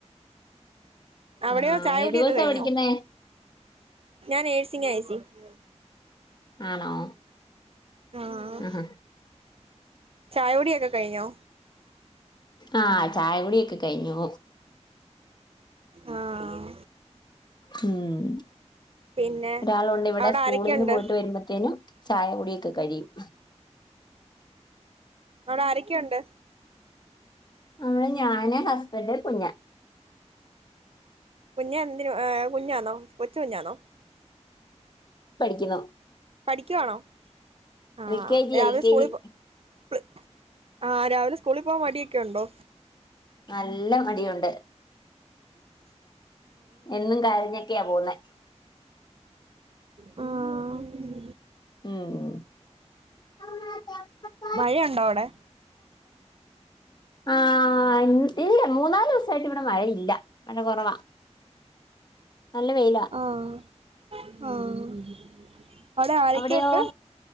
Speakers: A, on the right (about 55°); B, on the left (about 40°).
A: അവിടെയോ
B: ആഹ്
A: ചായ
B: ഏത്
A: കുടിയൊക്കെ
B: കോഴ്സാ
A: കഴിഞ്ഞോ
B: പഠിക്കുന്നേ.
A: ഞാൻ നെഴ്സിംഗ ചേച്ചി. <unintelligible>
B: ആണോ
A: ആഹ്
B: ആഹ.
A: ചായ കുടിയൊക്കെ കയിഞ്ഞോ.
B: ആഹ് ചായ കുടിയൊക്കെ കയ്ഞ്ഞു.
A: ആഹ്
B: ഉം.
A: പിന്നെ
B: ഒരാളുണ്ട് ഇവിടെ
A: അവിടെ
B: സ്കൂളിന്ന്
A: ആരൊക്കെയുണ്ട് അവിടെ
B: പോയിട്ട് വരുമ്പത്തേനും ചായ കുടിയൊക്കെ കഴിയും.
A: അവിട ആരക്കെയുണ്ട്.
B: നമ്മള് ഞാന് ഹസ്ബന്റ് കുഞ്ഞ.
A: കുഞ്ഞ എന്തിനു ഏഹ് കുഞ്ഞാന്നോ കൊച്ച് കുഞ്ഞാന്നോ.
B: പഠിക്ക്യുന്നു.
A: പഠിക്ക്യുവാണോ ആഹ്
B: എൽ കെ ജി
A: രാവിലെ
B: എൽ കെ
A: സ്കൂളി
B: ജി
A: പോ പ്ല് ആഹ് രാവിലെ സ്കൂളി പോവാൻ മടിയൊക്കെ ഉണ്ടോ.
B: നല്ല മടിയുണ്ട് എന്നും കരഞ്ഞ്. ക്കെയ പോവുന്നെ.
A: ഉം ആഹ്.
B: ഉം.
A: മഴയുണ്ടോ അവിടെ.
B: ആഹ്. ആഹ് ഇ ഇല്ല മൂന്നാല് ദിവസായിട്ട് ഇവിടെ മഴയില്ല മഴ കുറവാ. നല്ല വെയില.
A: ആഹ് ആഹ് അവിടെ ആരൊക്കെ
B: അവിടെയോ
A: ഉണ്ട്.